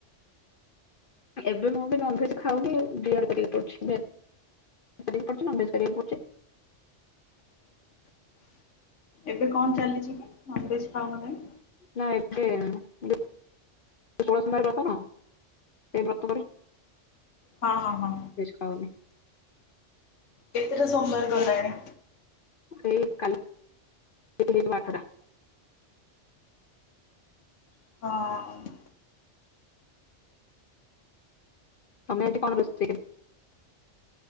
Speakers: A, on the left; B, on the left.
A: ଏବେ ମୁଁ ବି ନନଭେଜ୍ ଖାଉନି ଦି ଆଡୁ କରିଆକୁ ପଡୁଚି ଭେ କରିଆକୁ ପଡୁଚି ନନଭେଜ୍ କରିଆକୁ ପଡୁଚି।
B: ଏବେ କଣ ଚାଲିଚି କି ନନଭେଜ୍ ଖାଉନ କାଇଁ?
A: ନା ଏବେ <inaudible> ଷୋଳ ସୋମବାର ବ୍ରତ ନୁହ ସେଇ ବ୍ରତ କରୁଚି।
B: ହଁ ହଁ ହଁ
A: ଖାଉନି
B: କେତେଟା ସୋମବାର କଲେଣି?
A: ଏଇ କାଲି <unintelligible> ହେଇଯିବ ଆଠଟା।
B: ହଁ।
A: ତମେ ଆଜି କଣ ରୋଷେଇ କ